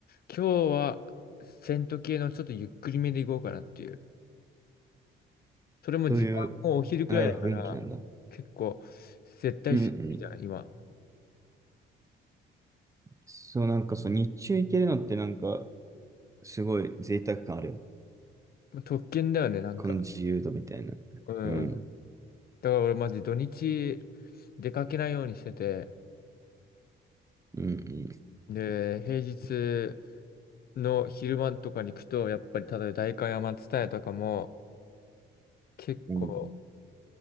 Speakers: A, on the left; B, on the right.
A: 今日はセント系のちょっとゆっくりめでいこうかなっていう。それも時間もお昼くらいだから、
B: そういう、あー、雰囲気なんだ。
A: 結構、絶対するじゃん、
B: うんうん。
A: 今。
B: そう、なんかそう、日中行けるのってなんか、すごい贅沢感あるよ。
A: まあ特権だよね、なんか。
B: この自由度みたいな。
A: うんうん。
B: うん。
A: だから俺マジ土日出かけないようにしてて、
B: うんうん。
A: で、平日の昼間とかに行くと、やっぱり、例えば代官山蔦屋とかも、結構、
B: うん